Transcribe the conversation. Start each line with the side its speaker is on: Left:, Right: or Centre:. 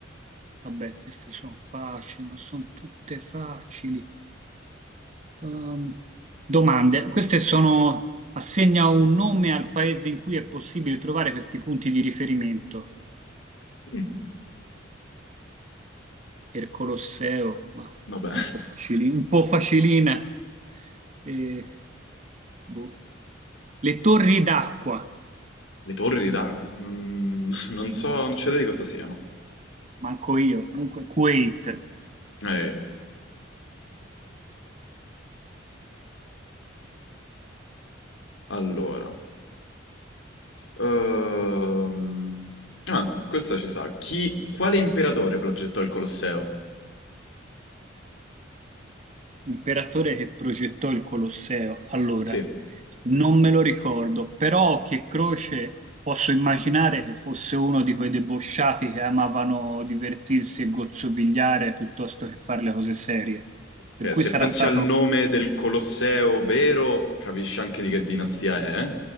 Right: vabbè, queste sono facili, ma sono tutte facili. Ehm, domande, queste sono... Assegna un nome al paese in cui è possibile trovare questi punti di riferimento.
Left: mm,
Right: Eh, il Colosseo, ma
Left: vabbè,
Right: un po' facili- un po' facilina. E, boh. Le torri d'acqua,
Left: le torri da... mm, non so, non c'è idea di cosa siano.
Right: manco io, comunque Quake,
Left: Eh, allora... Ehm, Ah, questa ci sa. Chi... Quale imperatore progettò il Colosseo?
Right: imperatore che progettò il Colosseo. Allora,
Left: Sì,
Right: non me lo ricordo, però che Croce posso immaginare che fosse uno di quei debosciati che amavano divertirsi e gozzovigliare piuttosto che fare le cose serie. Per
Left: eh,
Right: cui
Left: se
Right: sarà
Left: pensi
Right: stato
Left: al nome del Colosseo vero, capisci anche di che dinastia è, eh?